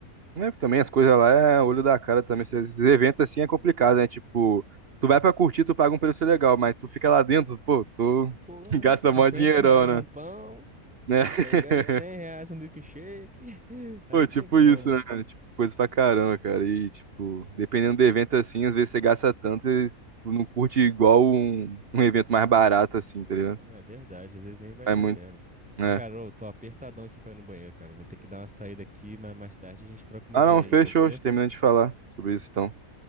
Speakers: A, on the right; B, in the centre.
A: É, também as coisas lá é olho da cara também. Esses eventos assim é complicado, né? Tipo, tu vai pra curtir, tu paga um preço legal, mas tu fica lá dentro, pô, tu
B: Pô,
A: <laughs> gasta
B: cinquenta
A: mó dinheirão,
B: reais
A: né?
B: um pão,
A: Né? <laughs>
B: tá ligado? 100 reais um milkshake. <laughs> Aí
A: Pô,
B: não
A: tipo
B: tem como.
A: isso, né? Tipo, coisa pra caramba, cara. E, tipo, dependendo do evento assim, às vezes você gasta tanto e tu não curte igual um, um evento mais barato, assim, tá ligado?
B: Não, É verdade, às vezes nem vale
A: É muito,
B: a pena.
A: né?
B: Mas, cara, eu tô apertadão aqui pra ir no banheiro, cara. Vou ter que dar uma saída aqui, mas mais tarde a gente troca uma
A: Ah,
B: ideia
A: não, fechou.
B: aí, pode ser?
A: Terminando de falar sobre isso, então.